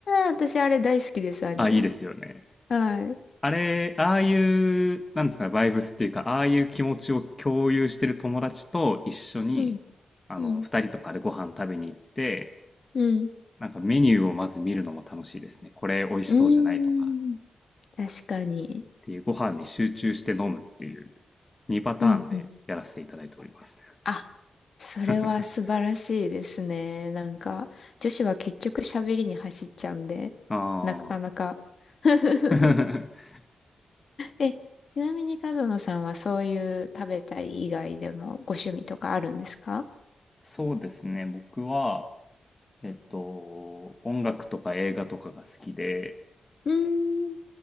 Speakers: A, on the left; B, on the left.
A: 私あれ大好きです、アニメ。
B: あ、いいですよね。
A: はい。
B: あれ、ああいう、なんですかね、バイブスっていうか、ああいう気持ちを共有してる友達と一緒に、
A: うん、
B: あの、
A: うん、
B: 二人とかでご飯食べに行って、
A: うん。
B: なんかメニューをまず見るのも楽しいですね。これ美味しそうじゃないとか、
A: うーん、確かに。
B: っていうご飯に集中して飲むっていう2パターンでやらせていただいております。
A: うん、うん。あそれは素晴らしいですね。
B: <laughs>
A: なんか、女子は結局喋りに走っちゃうんで、
B: あ
A: なかなか。
B: あ。
A: <laughs>
B: <laughs>
A: え、ちなみに角野さんはそういう食べたり以外でもご趣味とかあるんですか
B: そうですね。僕は、えっと、音楽とか映画とかが好きで、
A: うーん。